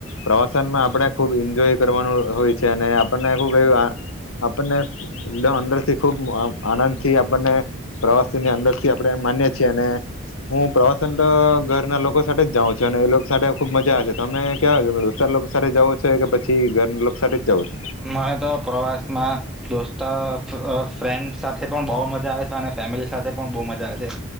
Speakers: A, on the left; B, in the centre.
A: પ્રવાસનમાં આપણે ખુબ ઈન્જોય કરવાનું હોય છે. અને આપણને ખૂબ એવ આપણને એકદમ અંદરથી ખૂબ આનંદથી આપણને પ્રવાસનની અંદરથી આપણે માનીએ છીએ. અને હું પ્રવાસન તો ઘરના લોકો સાથે જ જાઉં છું. અને એ લોકો સાથે ખૂબ મજા આવે છે. તમે કેવા દોસ્તાર લોકો સાથે જાઓ છો કે પછી ઘરના લોકો સાથે જ જાઓ છો.
B: મને તો પ્રવાસમાં દોસ્તો અ ફ્રેન્ડ સાથે પણ બહુ મજા આવે છે. અને ફેમિલી સાથે પણ બહુ મજા આવે છે.